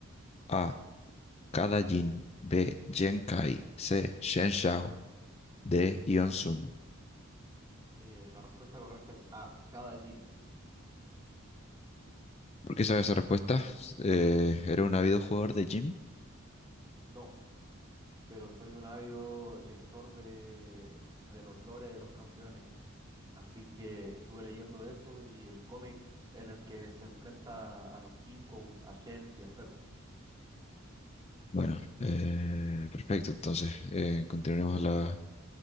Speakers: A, on the left; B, on the right.
A: A. Kada Jin, B. Jen Kai, C. Shen Xiao, D. Ion Sun.
B: Eh, la respuesta correcta es A, cada Jin.
A: ¿Por qué sabes esa respuesta? Eh, ¿era un ávido jugador de gym?
B: No, pero soy un ávido lector de, de los lores de los campeones. Así que estuve leyendo eso y el cómic en el que se enfrenta a los Kinkou, a Shen y a Zed.
A: Bueno, eh, perfecto. Entonces, eh, continuaremos la